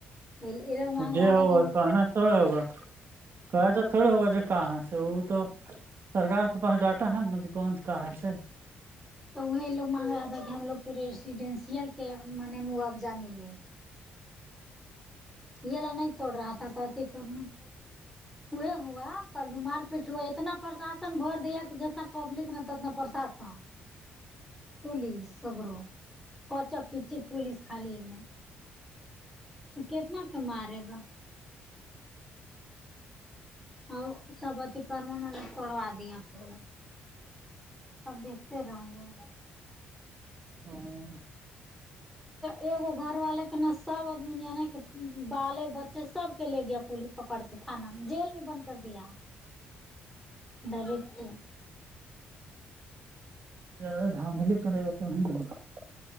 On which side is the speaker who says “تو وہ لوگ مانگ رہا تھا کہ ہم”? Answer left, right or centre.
Centre